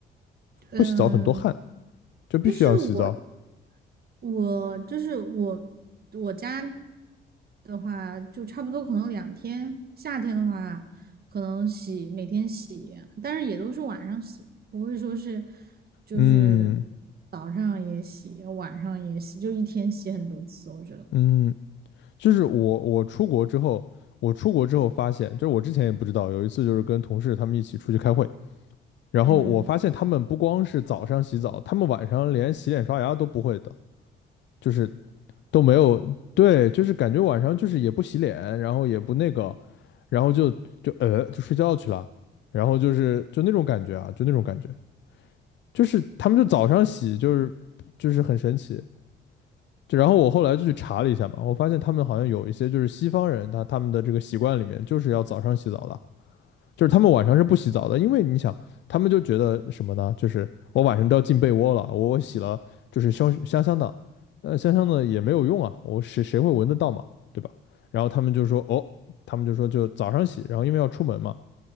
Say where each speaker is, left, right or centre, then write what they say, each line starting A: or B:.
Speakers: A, on the right (about 50°); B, on the left (about 65°).
A: 嗯，
B: 不洗澡很多汗，就必须要洗澡。
A: 就是我，我就是我，我家的话就差不多，可能两天。夏天的话，可能洗每天洗，但是也都是晚上洗，不会说是就是
B: 嗯
A: 早上也洗，晚上也洗，就一天洗很多次。我觉得，
B: 嗯就是我我出国之后，我出国之后发现，就是我之前也不知道，有一次就是跟同事他们一起出去开会，然后我发现他们不光是早上洗澡，
A: 嗯，
B: 他们晚上连洗脸刷牙都不会的，就是都没有，对，就是感觉晚上就是也不洗脸，然后也不那个，然后就就呃就睡觉去了，然后就是就那种感觉啊，就那种感觉，就是他们就早上洗，就是就是很神奇，就然后我后来就去查了一下嘛，我发现他们好像有一些就是西方人，他他们的这个习惯里面就是要早上洗澡的，就是他们晚上是不洗澡的，因为你想，他们就觉得什么呢？就是我晚上都要进被窝了，我洗了就是香香香的，呃，香香的也没有用啊，我谁谁会闻得到嘛，对吧？然后他们就说，哦，他们就说就早上洗，然后因为要出门嘛，